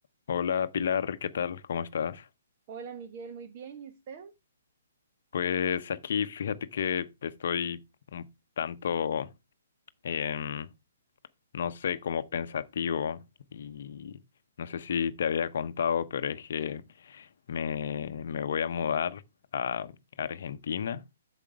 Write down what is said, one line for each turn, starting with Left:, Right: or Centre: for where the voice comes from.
Left: Hola Pilar, ¿qué tal? ¿Cómo estás?
Right: Hola Miguel, muy bien. ¿Y usted?
Left: Pues aquí fíjate que estoy un tanto, em, no sé, como pensativo y no sé si te había contado, pero es que me, me voy a mudar a Argentina